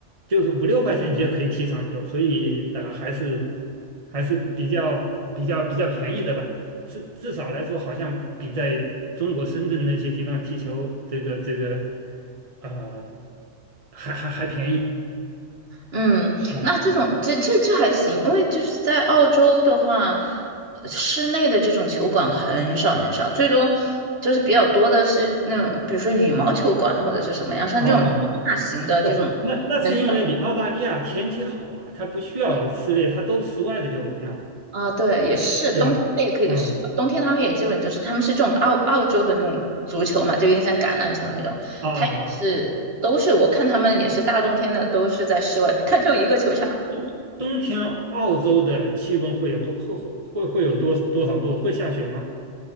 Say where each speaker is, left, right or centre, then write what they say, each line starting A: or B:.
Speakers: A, on the right (about 30°); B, on the right (about 55°).
A: 就是五六块钱你就可以踢场球，所以呃还是还是比较比较比较便宜的吧，是至少来说好像比在中国深圳那些地方踢球这个这个呃还还还便宜。
B: 嗯，
A: 哦
B: 那这种这这这还行，因为就是在澳洲的话，呃室内的这种球馆很少很少，最多就是比较多的是那种，比如说羽毛球馆或者是什么样，像这种大型的这种很少。
A: 哦哦，哦，不，那那是因为你澳大利亚天气好啊，它不需要室内，它都室外的就完了，
B: 啊，对，也是冬天它也可以是，
A: 对吧？嗯
B: 冬天他们也基本就是他们是这种澳澳洲的那种足球嘛，就有点像橄榄球那种，
A: 啊啊啊
B: 他也是都是我看他们也是大冬天的都是在室外，他就一个球场，
A: 冬冬冬天澳洲的气温会有多会会会会有多多少度？会下雪吗？